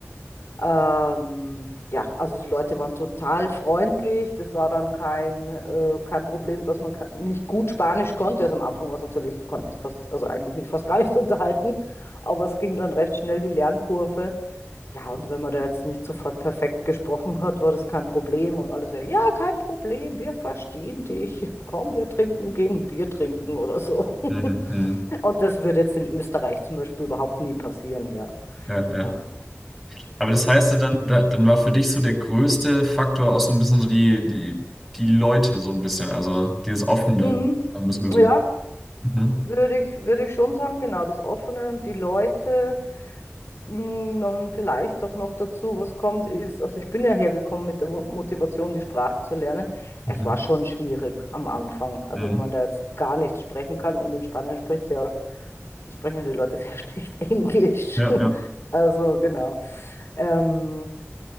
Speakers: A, on the left; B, in the centre.
A: ähm, ja, also die Leute waren total freundlich. Das war dann kein, äh, kein Problem, dass man ke- nicht gut Spanisch konnte. Also am Anfang war es natürlich, konnte fast, also eigentlich mich fast gar nicht <laughs> unterhalten, aber es ging dann recht schnell die Lernkurve. Ja, und wenn man da jetzt nicht sofort perfekt gesprochen hat, war das kein Problem. Und alle so, ja, kein Problem, wir verstehen dich. Komm, wir trinken, gehen Bier trinken oder so.
B: Mhm.
A: <laughs> Und das würde jetzt in Österreich zum Beispiel überhaupt nie passieren, ja.
B: Ja, ja.
A: Also,
B: Aber das heißt,
A: genau.
B: ja dann, da- dann war für dich so der größte Faktor auch so ein bisschen so die, die, die Leute, so ein bisschen, also dieses Offene
A: Mhm.
B: ein bisschen
A: Ja,
B: gesucht. Mhm.
A: würde ich, würde ich schon sagen, genau, das Offene und die Leute. Mm, Dann vielleicht auch noch dazu, was kommt, ist, also ich bin ja hergekommen mit der Mo- Motivation, die Sprache zu lernen.
B: Mhm.
A: Es war schon schwierig am Anfang. Also
B: Mhm.
A: wenn man da jetzt gar nichts sprechen kann und in Spanien spricht ja, sprechen ja die Leute sehr <laughs> schlecht Englisch.
B: Ja,
A: <laughs>
B: ja.
A: Also genau. Ähm,